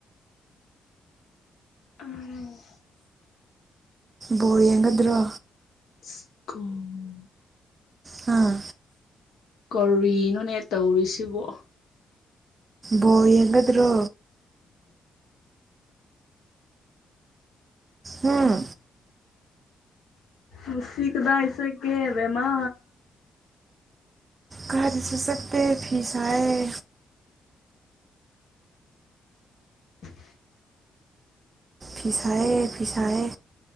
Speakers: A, on the left; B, on the right.
A: <unintelligible>
B: ꯕꯣꯜ ꯌꯦꯡꯒꯗ꯭ꯔꯣ
A: ꯑꯁ <unintelligible>
B: ꯍꯥꯥ
A: ꯀꯔꯤꯅꯣꯅꯦ ꯇꯧꯔꯤꯁꯤꯕꯣ
B: ꯕꯣꯜ ꯌꯦꯡꯒꯗ꯭ꯔꯣ ꯎꯝ
A: ꯉꯁꯤ ꯀꯗꯥꯏ ꯆꯠꯀꯦ ꯕꯦꯃ
B: ꯀꯥꯏꯗꯁꯨ ꯆꯠꯇꯦ ꯐꯤ ꯁꯥꯏꯌꯦ
A: <unintelligible>
B: ꯐꯤꯁꯥꯏꯌꯦ ꯐꯤꯁꯥꯏꯌꯦ